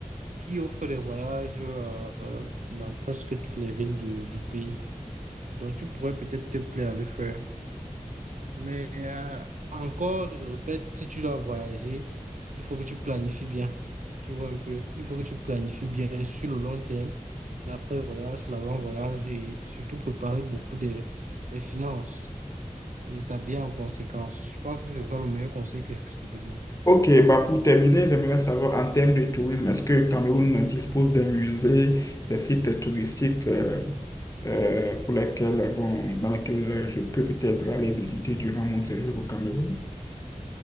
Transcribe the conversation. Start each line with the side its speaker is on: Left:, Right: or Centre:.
Right: qui offre des voyages euh, dans presque toutes les villes du, du pays. Donc tu pourrais peut-être te plaire à le faire. Mais euh, encore, je le répète, si tu dois voyager, il faut que tu planifies bien. Tu vois un peu, il faut que tu planifies bien sur le long terme, l'après-voyage, l'avant-voyage et surtout préparer beaucoup des des finances et t'habiller en conséquence. Je pense que c'est ça le meilleur conseil que je puisse te donner.
Left: Ok, bah pour terminer, j'aimerais savoir en termes de tourisme, est-ce que le Cameroun dispose des musées, des sites touristiques euh, euh, pour lesquels, bon, dans lesquels je peux peut-être aller visiter durant mon séjour au Cameroun?